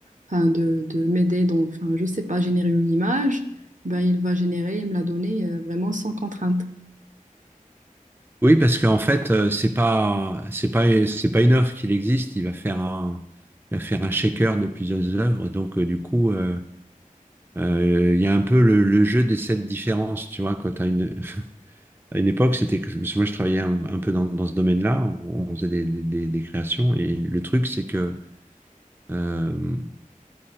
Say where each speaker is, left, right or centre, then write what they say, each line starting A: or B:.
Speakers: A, on the right; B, on the right.
A: enfin, de, de m'aider dans, enfin, je sais pas, générer une image, ben, il va générer et me la donner euh, vraiment sans contrainte.
B: Oui, parce qu'en fait, euh, c'est pas c'est pas c'est pas une œuvre qu'il existe. Il va faire un il va faire un shaker de plusieurs œuvres. Donc euh, du coup, euh, euh, il y a un peu le, le jeu des sept différences, tu vois, quand t'as une À une époque, c'était que parce que moi je travaillais un, un peu dans, dans ce domaine-là, on, on faisait des, des- des- des créations et le truc c'est que euh,